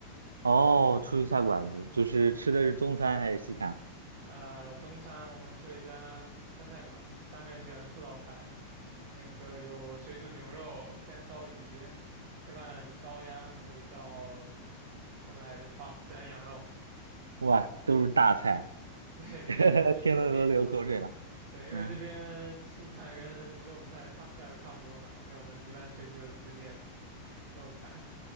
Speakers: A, on the right; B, on the right.
A: 哦，出去下馆子，就是吃的是中餐还是西餐？
B: 呃，中餐我们去了一家川菜馆，三个人点了四道菜，那个有水煮牛肉、干烧鱼、铁板烧鸭，还有一道什么来着？啊，孜然羊肉。
A: 哇，都是大菜，
B: <laughs> 对对对，
A: <laughs>
B: 因诶
A: 听得都流口水了。
B: 对，因为这边素菜跟肉菜差价格差不多嘛，
A: 嗯，
B: 所以我们一般出去就只点肉菜